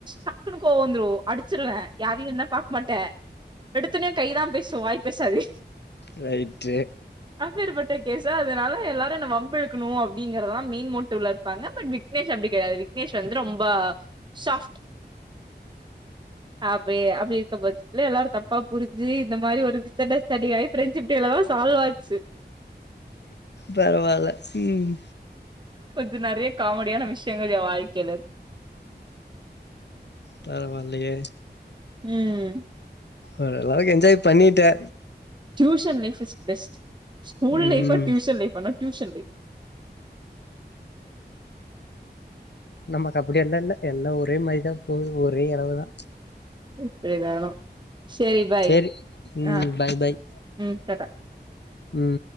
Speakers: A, on the right; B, on the left.
A: டக்குன்னு கோவாம் வந்திரும் அடிச்சிருவேன் யாரையும் என்ன ப மாட்டேன் எடுத்துனே கைதா பேசோம் வாய் பேசாது
B: ரைட்டு
A: ஆ வேறுபட்ட கேஸ் அதனால எல்லாரு என் வம்பழுக்கணு அப்படிங்கிறத மயின் மோட்டிவ்ல இருப்பாங்க பட் விக்னேஷ் அப்படி கிடையாது விக்னேஷ் வந்து ரொம்ப சாப்ட் அப அப்படி இருக்க பட்சத்துல எல்லாரு தப்பா புரிஞ்சு இந்த மாதிரி ஒரு வி <unintelligible> ப்ரெண்ட்ஷிப் டேலதான் சால்வாச்சு
B: பரவால்ல ம்
A: இது நிறைய காமெடியான விஷயங்கள் என் வாழ்க்கையில
B: பரவாஇல்லையே
A: உம்
B: ஒரு அளவுக்கு என்ஜாய் பண்ணிட்டே
A: tuition life is best school
B: ம்
A: லைபா டியூஷன் லைபானா டியூஷன் லைப்
B: நமக்கு அப்படிய எல்லா இல் எல்லா ஒரே மாரிதா போகு ஒரே அளவு தா
A: எப்படிதானோ சரி பாய்
B: சேரி ம்
A: ஆஹ
B: பாய் பாய்
A: ம் டாடா
B: ம்